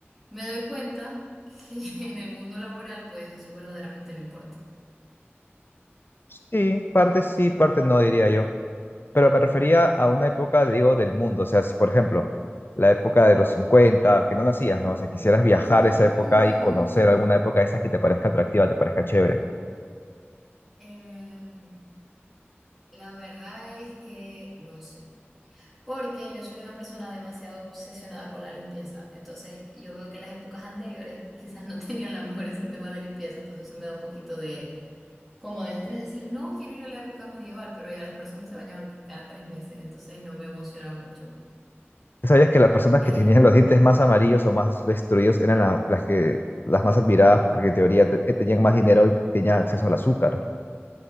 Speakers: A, in the centre; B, on the left.
A: me doy cuenta que <laughs> en el mundo laboral, pues eso verdaderamente no importa.
B: Sí, parte sí, parte no, diría yo. Pero me refería a una época, digo, del mundo. O sea, si por ejemplo, la época de los 50 que no nacías, ¿no? O sea, quisieras viajar
A: Mm,
B: a esa época y conocer alguna época de esas que te parezca atractiva, te parezca chévere.
A: em, la verdad es que no sé, porque yo soy una persona demasiado obsesionada con la limpieza, entonces yo veo que las épocas anteriores quizás no <laughs> tenían los mejores sistemas de limpieza, entonces eso me da un poquito de como de estrés, decir, no quiero ir a la época medieval, pero allá las personas se bañaban que cada tres meses, entonces no me emociona mucho.
B: ¿Sabías que las personas
A: Eh,
B: que tenían los dientes más amarillos o más destruidos eran la- las que, las más admiradas porque en teoría te- eh, tenían más dinero y tenían acceso al azúcar?